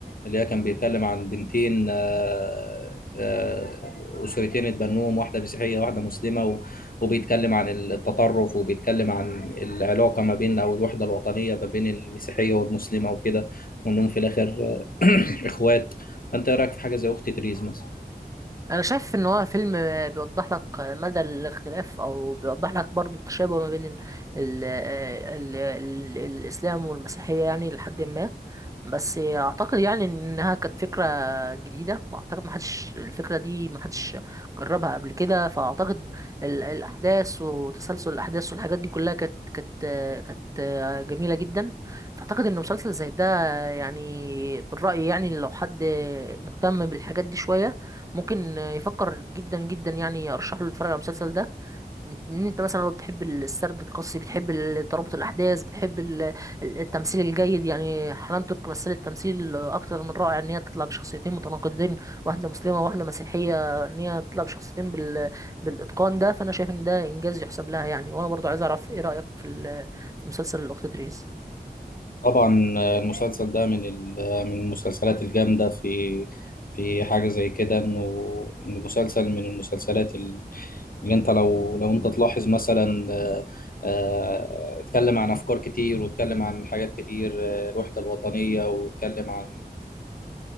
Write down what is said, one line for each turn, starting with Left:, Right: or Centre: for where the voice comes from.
Left: اللي هي كان بيتكلم عن بنتين آه، آه، اسرتين اتبنوهم واحده مسيحيه واحده مسلمه و- وبيتكلم عن التطرف وبيتكلم عن العلاقه ما بين او الوحده الوطنيه ما بين المسيحيه والمسلمه وكده وانهم في الاخر آه، <clears throat> اخوات انت إيه رايك في حاجه زي اخت تريز مثلا
Right: انا شايف ان هو فيلم بيوضح لك مدى الاختلاف او بيوضح لك برضو التشابه ما بين ال ال آه، ال ال الاسلام والمسيحيه يعني لحد ما بس اعتقد يعني انها كانت فكره جديده ما اعتقد ما حدش الفكره دي ما حدش جربها قبل كده فاعتقد ال- الاحداث وتسلسل الاحداث والحاجات دي كلها كانت كانت كانت جميله جدا فاعتقد ان مسلسل زي ده يعني بالراي يعني لو حد مهتم بالحاجات دي شويه ممكن يفكر جدا جدا يعني ارشحه له يتفرج على المسلسل ده ان انت مثلا لو بتحب السرد القصي بتحب ال- ترابط الاحداث بتحب ال- ال- التمثيل الجيد يعني حنان ترك مثلت تمثيل اكتر من رائع ان هي تطلع بشخصيتين متناقضتين واحده مسلمه وواحده مسيحيه ان هي تطلع بشخصيتين بال... بالاتقان ده فانا شايف ان ده انجاز يحسب لها يعني وانا برضو عايز اعرف ايه رايك في ال... في مسلسل الاخت تريس
Left: طبعا آه، المسلسل ده من ال- آه، من المسلسلات الجامده في في حاجه زي كده انه إنه مسلسل من المسلسلات اللي انت لو لو انت تلاحظ مثلا آه، آه، اتكلم عن افكار كتير واتكلم عن حاجات كتير آه، الوحده الوطنيه واتكلم عن